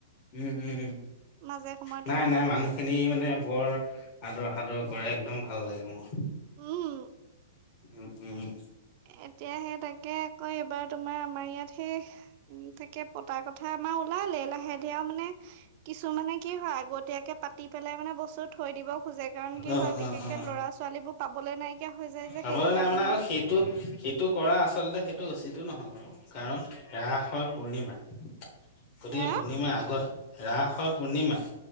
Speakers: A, on the left; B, on the right.
A: উম উম।
B: মাজে সময়তে
A: নাই
B: তোমাক
A: নাই মানুহখিনি মানে বৰ আদৰ সাদৰ কৰে একদম ভাল লাগে মোৰ।
B: উম।
A: উম উম।
B: এতিয়া সেই তাকে আকৌ এইবাৰ তোমাৰ আমাৰ ইয়াত সেই উম তাকে পতাৰ কথা আমাৰ ওলালে লাহে ধীৰে আৰু মানে কিছুমানে কি হয় আগতীয়াকে পাতি পেলাই মানে বস্তু থৈ দিব খোজে কাৰণ কি
A: অ
B: হয়, বিশেষ
A: অ অ
B: কেন ল'ৰা-ছোৱালী বোৰ পাবলৈ নাইকিয়া হৈ যায় যে
A: চাবলৈ
B: সেইকেইটা
A: নাই মানে
B: দিনত।
A: আকৌ সেইটো সেইটো কৰা আচলতে সেইটো উচিতো নহয় বাৰু কাৰণ ৰাস হয় পূৰ্ণিমাত। গতিকে
B: হে
A: পূৰ্ণিমাৰ আগৰ ৰাস হয় পূৰ্ণিমা।